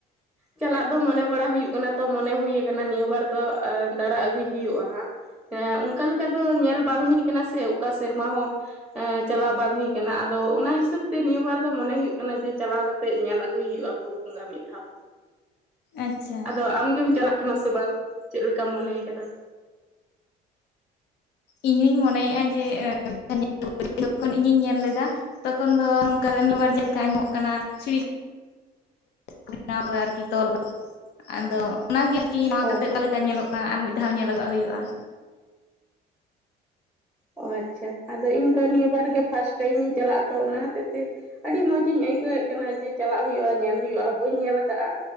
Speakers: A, in the centre; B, on the left.
A: ᱪᱟᱞᱟᱜ ᱫᱚ ᱢᱚᱱᱮ ᱵᱟᱲᱟ ᱦᱩᱭᱩᱜ ᱠᱟᱱᱟ ᱛᱚ ᱢᱚᱱᱮ ᱦᱩᱭ ᱠᱟᱱᱟ ᱱᱤᱭᱟᱹ ᱵᱟᱨ ᱫᱚ ᱫᱟᱬᱟ ᱟᱹᱜᱩᱭ ᱦᱩᱭᱩᱜᱼᱟ ᱦᱟᱸᱜ ᱾ ᱮᱸ ᱚᱱᱠᱟ ᱞᱮᱠᱟ ᱫᱚ ᱧᱮᱞ ᱵᱟᱝ ᱦᱩᱭ ᱠᱟᱱᱟ ᱥᱮ ᱚᱠᱟ ᱥᱮᱨᱢᱟ ᱦᱚᱸᱼᱼ ᱪᱟᱞᱟᱣ ᱵᱟᱝ ᱦᱩᱭ ᱟᱠᱟᱱᱟ ᱟᱫᱚ ᱚᱱᱟ ᱦᱤᱥᱟᱹᱵ ᱛᱮ ᱱᱤᱭᱟᱹ ᱵᱟᱨ ᱫᱚ ᱢᱚᱱᱮ ᱦᱩᱭᱩᱜ ᱠᱟᱱᱟ ᱡᱮ ᱪᱟᱞᱟᱣ ᱠᱟᱛᱮᱜ ᱧᱮᱞ ᱟᱹᱜᱩᱭ ᱦᱩᱭᱩᱜᱼᱟ ᱵᱩᱨᱩ ᱵᱚᱸᱜᱟ ᱢᱤᱫ ᱫᱷᱟᱣ
B: ᱟᱪᱪᱷᱟ
A: ᱟᱫᱚ ᱟᱢ ᱜᱮᱢ ᱪᱟᱞᱟᱜ ᱠᱟᱱᱟ ᱥᱮ ᱵᱟᱝ ᱪᱮᱫ ᱞᱮᱠᱟᱢ ᱢᱚᱱᱮ ᱟᱠᱟᱫᱟ ᱾
B: ᱤᱧ ᱦᱚᱧ ᱢᱚᱱᱮᱭᱮᱟ ᱡᱮ <unintelligible> ᱡᱚᱠᱷᱚᱱ ᱤᱧᱤᱧ ᱧᱮᱞ ᱞᱮᱫᱟ ᱛᱚᱠᱷᱚᱱ ᱫᱚ ᱱᱚᱝᱠᱟ ᱱᱤᱭᱵᱟᱨ ᱡᱮᱞᱠᱟ ᱟᱚᱜ ᱠᱟᱱᱟ ᱥᱤᱲ <unintelligible> ᱵᱮᱱᱟᱣ ᱠᱟᱫᱟ ᱟᱨᱠᱤ ᱛᱚᱞ ᱟᱫᱚ <unintelligible> ᱚᱱᱟᱜᱮ ᱟᱨᱠᱤ ᱱᱚᱣᱟ
A: ᱚ
B: ᱠᱟᱛᱮᱫ ᱚᱠᱟ ᱞᱮᱠᱟ ᱧᱮᱞᱚᱜ ᱠᱟᱱᱟ ᱟᱨ ᱢᱤᱫ ᱫᱷᱟᱣ ᱧᱮᱞ ᱟᱹᱜᱩᱣᱟᱜ ᱦᱩᱭᱩᱜᱼᱟ ᱾
A: ᱚ ᱟᱪᱷᱟ ᱟᱫᱚ ᱤᱧ ᱫᱚ ᱱᱤᱭᱟᱹ ᱵᱟᱨ ᱜᱮ ᱯᱷᱟᱥᱴ ᱴᱟᱭᱤᱢ ᱤᱧ ᱪᱟᱞᱟᱜᱼᱟ ᱛᱚ ᱚᱱᱟ ᱦᱚᱛᱮ ᱮᱛ ᱟᱹᱰᱤ ᱢᱚᱸᱡᱽ ᱤᱧ ᱟᱹᱭᱠᱟᱹᱣᱮᱫ ᱠᱟᱱᱟ ᱡᱮ ᱪᱟᱞᱟᱜ ᱦᱩᱭᱩᱜᱼᱟ ᱧᱮᱞ ᱦᱩᱭᱩᱜᱼᱟ ᱵᱟᱹᱧ ᱧᱮᱞ ᱟᱠᱟᱫᱼᱟ